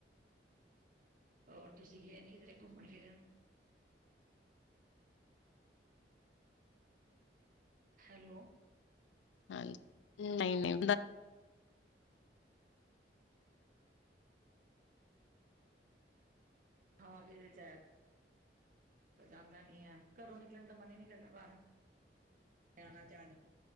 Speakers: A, on the right; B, on the left.
A: ਹੋਰ ਤੁਸੀਂ ਗਏ ਨੀ ਇਧਰੇ ਘੁੰਮਣ ਫਿਰਨ। <inaudible> ਹੈਲੋ।
B: ਹਾਂ ਨਹੀਂ ਨਹੀਂ
A: ਹਾਂ ਵੀ ਜਾ। ਜਾਂਦਾ ਨੀ ਹੈ ਘਰੋਂ ਨਿਕਲਣ ਦਾ ਮਨ ਹੀ ਨਿਕਲਦਾ ਬਾਹਰ ਜਾਣਾ ਜਾ